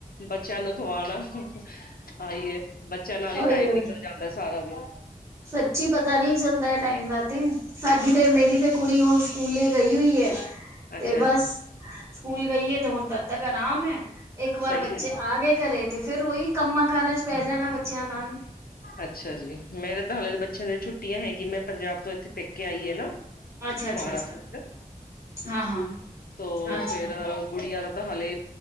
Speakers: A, on the left; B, on the right.
A: ਬੱਚਿਆਂ ਨੂੰ ਖੁਆਣਾ ਆ ਈ ਏ, ਬੱਚਿਆਂ ਨਾਲ ਈ
B: ਉਹੀ
A: ਟਾਈਮ
B: ਉਹੀ
A: ਨਿਕਲ ਜਾਂਦੈ ਸਾਰਾ ਦਿਨ।
B: ਸੱਚੀ, ਪਤਾ ਨੀ ਚੱਲਦਾ ਏ ਟਾਈਮ ਦਾ ਤੇ। ਸਾਡੀ ਤੇ, ਮੇਰੀ ਤੇ ਕੁੜੀ ਹੁਣ ਸਕੂਲ ਲਈ ਗਈ ਹੋਈ ਏ।
A: ਅੱਛਾ
B: ਤੇ ਬਸ
A: ਜੀ,
B: ਸਕੂਲ ਗਈ ਏ ਤੇ ਹੁਣ ਤੱਕ ਤੱਕ ਆਰਾਮ ਐ, ਏਕ ਵਾਰ
A: ਸਹੀ
B: ਬੱਚੇ
A: ਗੱਲ
B: ਆ ਗੇ ਘਰੇ ਤੇ ਫੇਰ ਓਈ ਕੰਮਾਂ- ਕਾਰਾ ਚ ਪੈ ਜਾਣਾ ਬੱਚਿਆਂ ਨਾਲ।
A: ਅੱਛਾ ਜੀ! ਮੇਰੇ ਤਾਂ ਹਲੇੇ ਬੱਚਿਆਂ ਦੀ ਛੁੱਟੀਆਂ ਹੈਗੀ, ਮੈਂ ਪੰਜਾਬ ਤੋਂ ਐਥੇ ਪੇਕੇ ਆਈ ਆ ਨਾ
B: ਅੱਛਾ ਅੱਛਾ
A: ਮਹਾਰਾ।
B: ਅੱਛਾ
A: - <unintelligible>
B: ਹਾਂ ਹਾਂ
A: ਤੋ
B: ਅੱਛਾ
A: ਫੇਰ ਗੁੜੀਆਂ ਦਾ ਦਾ ਹਲੇ